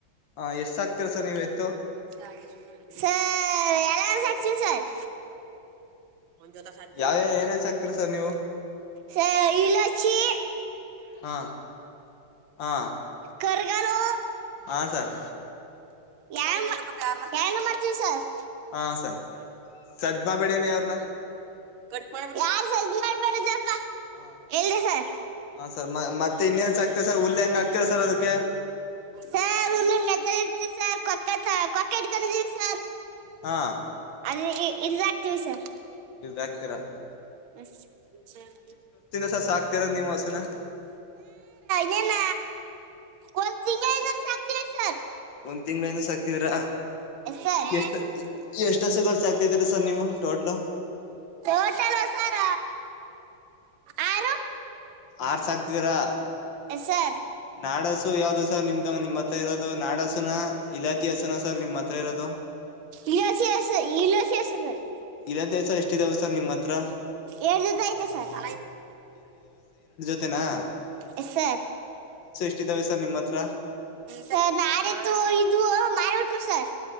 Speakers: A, on the left; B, on the right.
A: ಹಾ ಎಷ್ಟು ಸಕ್ತೀರ ಸಾರ್ ನೀವು ಎತ್ತ
B: ಸರ್ ಚಾರ್ಜ್ ಆಗ್ತೀವಿ ಸಾರ್. ಒನ್ ಜೋತೇ ಸಕ್ತಿನಿ
A: ಯಾವ
B: ಅಂದೇ
A: ಏನೇನ್ ಸಾಕ್ತೀರಾ ಸರ್ ನೀವು
B: ಸಾರ್ ಇಲ್ಲ ಸಿ.
A: ಹಾ ಹಾ
B: ಕರ್ಗಲು
A: ಹ ಸರ್.
B: ಯನ್ ಎರಡು ಮಾಡ್ತೀವಿ ಸರ್.
A: ಹಾ ಸ ಸದ್ಮಾಡ್ಬೇಡಿ ಅನ್ನಿ ಅವ್ರನ.
B: ಕಟ್ ಮಾಡ್ಬಿಟ್ಟ.
A: ಹ
B: ಹೇಳ್ರಿ ಸರ್,
A: ಹಾ ಸರ್ ಮತ್ತೆ ಇನ್ನೇನ್ ಸಾಕ್ತೀರಾ ಸರ್ ಹುಲ್ಲು ಹೆಂಗ್ ಹಾಕ್ತೀರಾ ಸರ್ ಅದಕ್ಕೆ
B: ಸರ್ ನೀವು. <unintelligible> ಚೆ ಸರ್ ಕೊಕೆ ಕೊಕ್ಕೆ ಇಡ್ಕೋತೀದ್ದೀವಿ ಸರ್.
A: ಹಾ
B: ಇ ಇ ಇಡ್ದಕ್ತಿವ್ ಸರ್.
A: ಇರ್ದಕ್ತೀರಾ.
B: ಆಸ್ಕ್ ಸರ್
A: ಸರ್ ಸಾಕ್ತಿರೋದ್ ನೀವು ಹಸುನ
B: ಇನ್ನೇನ. ಒಂದ್ ತಿಂಗ್ಳ ಇಂದನು ಸಾಕ್ತಿವಿ ಸ
A: ಒಂದ್ ತಿಂಗ್ಳ ಇನ ಸಾಕ್ತಿದ್ರ
B: ಸರ್
A: ಎಷ್ಟ ಎಷ್ಟ ಅಸುಗಳ್ ಸಾಕ್ ತಿದಿರ್ ಸರ್ ನೀವು ಟೋಟ್ಲು.
B: ಟೋಟಲ್ ಸರ್ ಆರು.
A: ಆರ್ ಸಾಕ್ತಿದ್ರಾ.
B: ಸರ್
A: ನಾಡ್ ಹಸು ಯಾವ್ದು ಸರ್ ನಿಮ್ದ ನಿಮ್ ಹತ್ರ ಇರೋದು ನಾಡ ಹಸುನಾ ಇಲಾತಿ ಹಸುನಾ ಸರ್ ನಿಮ್ ಹತ್ರ ಇರೋದು.
B: ಇಲೋಸಿ ಇಲೋಸಿ ಸರ್
A: ಇಲ್ವತಿ ಅಸ ಎಷ್ಟ ಇದವ್ ಸರ್ ನಿಮ್ ಅತ್ ತ್ರ.
B: ಎರಡ್ ಜೊತೆ ಅಯ್ತೆ ಸರ್.
A: ಅಷ್ಟೇ ನಾ.
B: Yes sir.
A: ಸ್ಟ್ ಇದವೇ ಸರ್ ನಿಮ್ ಹತ್ರ.
B: ಸರ್ ನಾಡ್ ಎತ್ತು ಇದ್ವು ಮಾರ್ಬಿಟ್ವು ಸರ್.